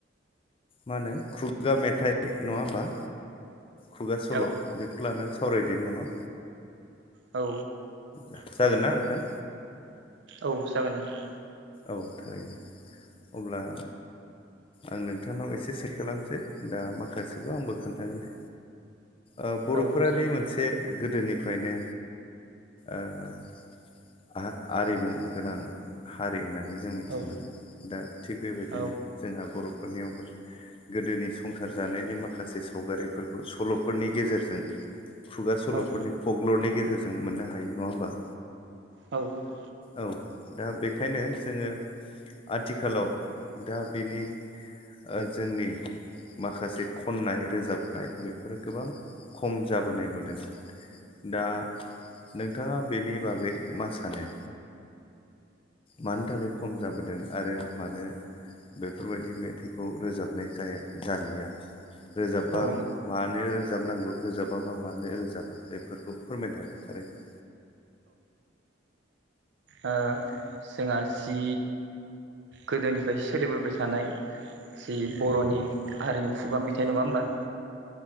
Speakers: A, on the left; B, on the right.
A: मा होनो खुगा मेथाइ नंङा होमबा? खुगा सल'
B: औ
A: बेखौ लानानै सावरायदोनि नडा होमबा
B: औ
A: जा
B: सरि
A: जागोनना नोंथां?
B: औ जागोन नोंथां
A: औ थारैनो अब्ला आं नोंथांनाव एसे से खालामनोसै दा माखासेखौ आंबो खोन्थागोन दे ओ बर'फोरानि
B: औ जागोन
A: मोनसे गोदोनिफ्रायनो ओह आं आरिमु गोनां हारि होननानै जों मिथि
B: औ
A: मोनो दा थिग बेबायदिनो
B: औ
A: जोंहा बर'फोरनिआवबो गोदोनि संसार जानायनि माखासे सावगारिफोरखौ सल'फोरनि गेजेरजों खुगा सल'फोरनि
B: औ औ
A: प्कलर'नि गेजेरजों मोननो हायो नंङा होमबा?
B: औ औ
A: औ दा बेखायनो जोङो आथिखालाव दा बिनि ओ जोंनि माखासे खननाय रोजाबनाय बेफोरो गोबां खम जाबोनाय नुदों दा नोंथांआ बेनि बागै मा सानो? मानो थाखाय खम जाबोदों आरो मानो? बेफोरबायदि मेथाइखौ रोजाबनाय जाया जालिया रोजाबबा
B: नोंथां औ
A: मानो रोजाबनांगौ रोजाबाबा मानो रोजाबा बेफोरखौ फोरमायनो हागोन थारैनो।
B: ओ जोंहा जि गोदोनिफ्राय सोलिबोबाय थानाय जि बर'नि हारिमु खुगा मेथाइ नङा होमबा?